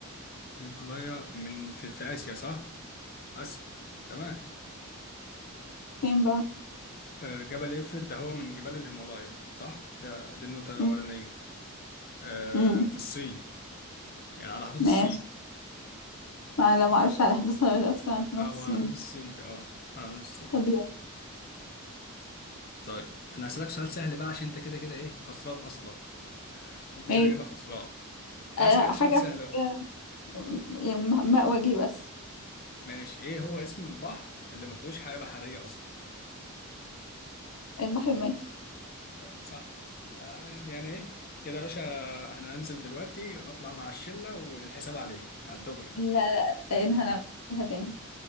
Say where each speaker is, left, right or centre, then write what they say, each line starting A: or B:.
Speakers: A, on the left; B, on the left.
A: الهيمالايا من في, في آسيا صح؟ آسيا تمام
B: فين بقى
A: آه، جبل إفرت ده هو من جبال الهيمالايا صح؟ ده دي النقطة الأولانية
B: امم
A: آه،
B: امم
A: في الصين يعني على حدود
B: ماشي
A: الصين
B: ما لا ما اعرفش على حدث ولا لا، بس اعرف انه
A: اه
B: في الصين
A: هو على حدود الصين ده اه على حدود الصين
B: طب يلا
A: طيب أنا هسألك سؤال سهل بقى عشان أنت كده كده إيه خسران أصلا آه، أنت
B: ايه
A: كده كده خسران فهسألك
B: أه... حاجة
A: سؤال سهل
B: أحفظ
A: بقى
B: بيها يعني م- ماء وجهي بس
A: ماشي إيه هو اسم البحر اللي ما فيهوش حياة بحرية أصلا؟
B: البحر الميت
A: صح آه، يعني ايه كده يا باشا انا هنزل دلوقتي ونطلع مع الشلة والحساب عليك على الدغري
B: لا لا رقانها نعملها تاني